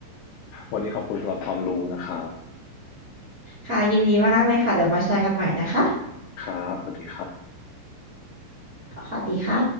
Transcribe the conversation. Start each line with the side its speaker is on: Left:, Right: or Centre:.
Left: วันนี้ขอบคุณสำหรับความรู้นะครับ
Right: ค่ะยินดีมากเลยค่ะเดี๋ยวมาแชร์กันใหม่นะคะ
Left: ครับสวัสดีครับ
Right: สวัสดีค่ะ